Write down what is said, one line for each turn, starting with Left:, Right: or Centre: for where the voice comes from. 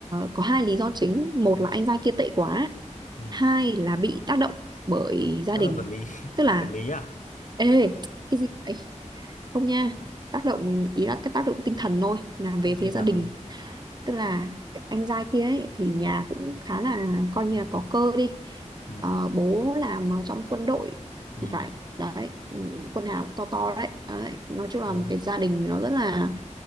Right: có hai lý do chính, một
Left: ừ
Right: là anh trai kia tệ quá,
Left: ừ
Right: hai là bị tác động bởi gia
Left: rất
Right: đình.
Left: là vật lý <laughs>
Right: Tức là
Left: vật lý à
Right: ê cái gì ấy Không nha, tác động ý là cái tác động tinh thần thôi, là
Left: không
Right: về
Left: tinh
Right: phía
Left: thần
Right: gia đình.
Left: đúng không
Right: Tức là anh trai kia ấy, thì nhà cũng khá là coi như
Left: ừ
Right: là có cơ đi.
Left: ừ
Right: Ờ, bố làm ở trong quân đội
Left: ừ
Right: thì phải đấy ừ, quân hàm to to đấy. đấy nói chung là
Left: thôi
Right: một cái gia đình nó rất là